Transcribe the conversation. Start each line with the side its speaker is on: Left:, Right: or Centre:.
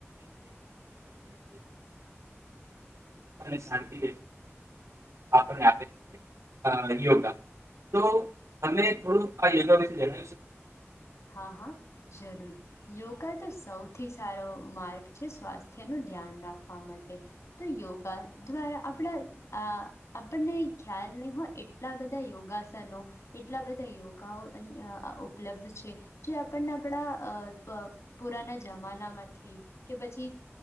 Right: શાંતિ આપે છે યોગા તો તમે થોડું <unintelligible> હા <unintelligible>
Left: હા હા, જરૂર યોગા તો સૌથી સારો માર્ગ છે સ્વાસ્થ્યનું ધ્યાન રાખવા માટે, તો યોગા દ્વારા આપણા આપણને ખ્યાલ નહીં હોય એટલા બધા યોગાસનો, એટલા બધા યોગાઓ અહીં ઉપલબ્ધ છે. જે આપણને આપણા અ પુરાના જમાનામાંથી, કે પછી